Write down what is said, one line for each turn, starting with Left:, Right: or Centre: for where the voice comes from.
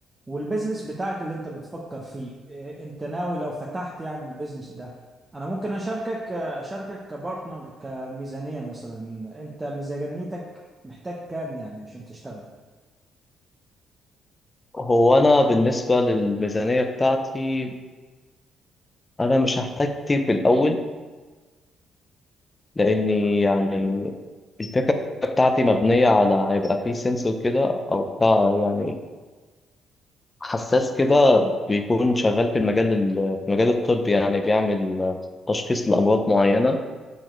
Right: والبيزنس بتاعك اللي أنت بتفكر فيه آه أنت ناوي لو فتحت يعني البيزنس ده أنا ممكن أشاركك آه، أشاركك كبارتنر كميزانية مثلا أنت ميزانيتك محتاج كام يعني عشان تشتغل؟
Left: هو انا بالنسبه للميزانيه بتاعتي انا مش هحتاج كتير في الاول لاني يعني الفكره بتاعتي مبنيه على هيبقى فيه سنسور كده او بتاع يعني حساس كده بيكون شغال في المجال ال- في مجال الطب يعني بيعمل تشخيص لامراض معينه